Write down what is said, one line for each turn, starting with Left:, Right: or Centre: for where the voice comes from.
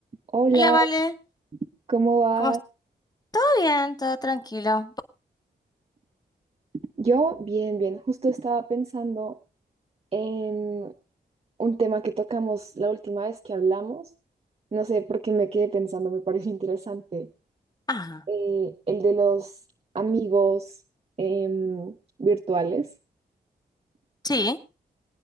Right: Hola,
Left: Hola, Vale.
Right: ¿cómo va?
Left: ¿Cómo estás? ¿Todo bien? ¿Todo tranquilo?
Right: Yo bien, bien. Justo estaba pensando en un tema que tocamos la última vez que hablamos. No sé por qué me quedé pensando, me pareció interesante.
Left: Ajá.
Right: Eh, el de los amigos em, virtuales.
Left: Sí.